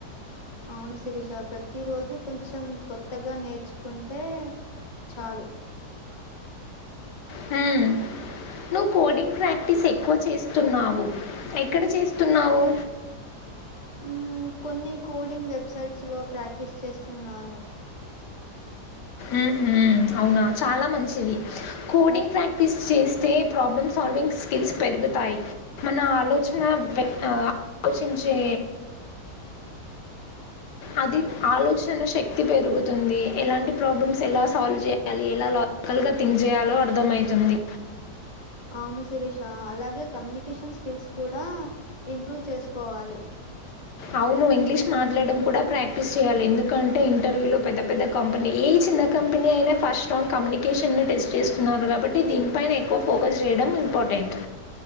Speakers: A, on the left; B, on the left.
A: అవును శిరీష ప్రతి రోజు కొంచెం కొత్తగా నేర్చుకుంటే చాలు
B: హ్మ్ నువ్వు కోడింగ్ ప్రాక్టీస్ ఎక్కువ చేస్తున్నావు. ఎక్కడ చేస్తున్నావు.
A: ఉమ్ కొన్ని కోడింగ్ వెబ్సైట్స్ లో ప్రాక్టీస్ చేస్తున్నాను.
B: ఉమ్ హు అవునా చాలా మంచిది కోడింగ్ ప్రాక్టీస్ చేస్తే ప్రాబ్లమ్స్ సాల్వింగ్ స్కిల్స్ పెరుగుతాయి మన ఆలోచన వె ఆ కోచించే అది ఆలోచన శక్తి పెరుగుతుంది. ఎలాంటి ప్రాబ్లమ్స్ ఎలా సాల్వ్ చేయాలి. ఎలా లా కల్ గా థింక్ చేయాలో అర్థమైతుంది.
A: అవును శిరీషా అలాగే కమ్యూనికేషన్ స్కిల్స్ కూడా ఇంప్రూవ్ చేసుకోవాలి.
B: అవును ఇంగ్లీష్ మాట్లాడడం కూడా ప్రాక్టీస్ చేయాలి. ఎందుకంటే ఇంటర్వ్యూ లో పెద్ద పెద్ద కంపెనీ ఈ చిన్న కంపెనీ అయినా ఫస్ట్ రౌండ్ కమ్యూనికేషన్ ని టెస్ట్ చేస్తున్నారు. కాబట్టి దీనిపైన ఎక్కువ ఫోకస్ చేయడం ఇంపార్టెంట్